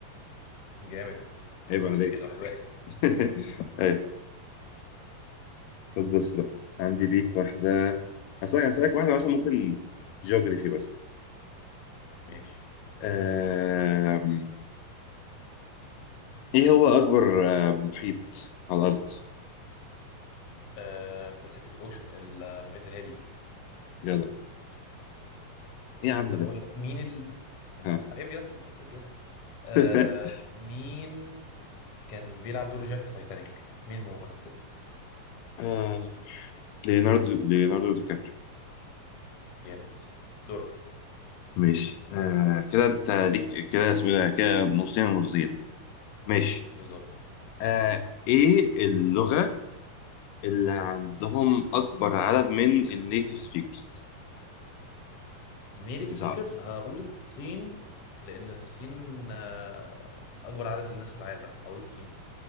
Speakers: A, on the left; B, on the left.
A: جامد
B: عيب عليك
A: كده واحد واحد
B: <laughs> ايوه طب بص بقى عندي ليك واحده هسألك هسألك واحده مثلا ممكن جيوغرافي بس
A: ماشي
B: آم... ايه هو اكبر آه، محيط على الارض
A: آه باسيفيك اوشن المحيط الهادي
B: جدع ايه يا عم
A: طب
B: ده
A: اقول لك مين ال يا
B: ها.
A: عيب يا اسطى عيب يا اسطى آه
B: <laughs>
A: مين كان بيلعب دور جاك في تايتانيك؟ مين الممثل؟
B: آه، ليوناردو ليوناردو دي كابريو
A: جامد دورك
B: ماشي آه كده انت ليك كده اسمه ايه ده كده نصين ونصين ماشي
A: بالظبط
B: آه ايه اللغة اللي عندهم اكبر عدد من النيتيف سبيكرز
A: نيتيف
B: صعب
A: سبيكرز هقول الصين لان الصين آه، اكبر عدد للناس في العالم هقول الصين